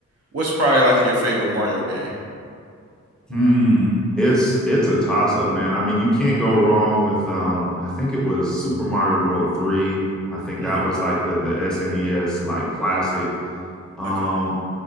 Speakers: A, on the right (about 55°); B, in the centre.
A: What's probably like your favorite Mario game?
B: Hmm. It's it's a toss up, man. I mean, you can't go wrong with um I think it was Super Mario World 3. I think
A: Mm,
B: that was like the the SNES like classic. Um
A: okay.